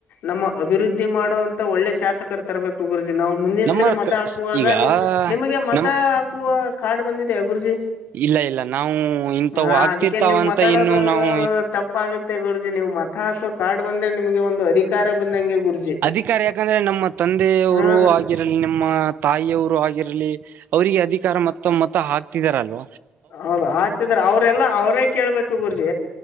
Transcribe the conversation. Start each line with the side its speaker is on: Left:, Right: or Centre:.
Left: ನಮ್ಮ ಅಭಿವೃದ್ಧಿ ಮಾಡೋ ಅಂತ ಒಳ್ಳೆ ಶಾಸಕರು ತರಬೇಕು ಗುರೂಜಿ ನಾವು ಮುಂದಿನ
Right: ನಮ್ಮ
Left: ಸಲ ಮತ ಹಾಕ್- ವಾಗ
Right: ಈಗ
Left: ನೀವು ನಿಮಗೆ ಮತ
Right: ನಮ್
Left: ಹಾಕುವ ಕಾರ್ಡ ಬಂದಿದೆಯಾ ಗುರೂಜಿ.
Right: ಇಲ್ಲ ಇಲ್ಲ ನಾವು ಇಂಥವು
Left: ಹಾ
Right: ಆಗ್ತಿರ್ತಾವ
Left: ಅದಕ್ಕೆ ನೀವು
Right: ಅಂತ
Left: ಮಾತಾಡೋದು
Right: ಇನ್ನು ನಾವು
Left: ತಪ್ಪ್ ಆಗುತ್ತೆ ಗುರೂಜಿ ನೀವು ಮತ ಹಾಕೋ ಕಾರ್ಡ್ ಬಂದ್ರೆ ನಿಮಗೆ ಒಂದು ಅಧಿಕ್ ಕಾರ ಬಂದಂಗೆ ಗುರುಜಿ
Right: ಅಧಿಕಾರ ಯಾಕಂದ್ರೆ ನಮ್ಮ ತಂದೆಯವರು
Left: ಹಾ
Right: ಆಗಿರಲಿ ನಮ್ಮ ತಾಯಿಯವರು ಆಗಿರಲಿ ಅವರಿಗೆ ಅಧಿಕಾರ ಮತ್ತ ಮತ ಹಾಕ್ತಿದಾರಲ್ವ.
Left: ಹೌದು ಹಾಕ್ತಿದ್ದಾರೆ ಅವ್ರೆಲ್ಲ ಅವ್ರೇ ಕೇಳ್ಬೇಕು ಗುರೂಜಿ.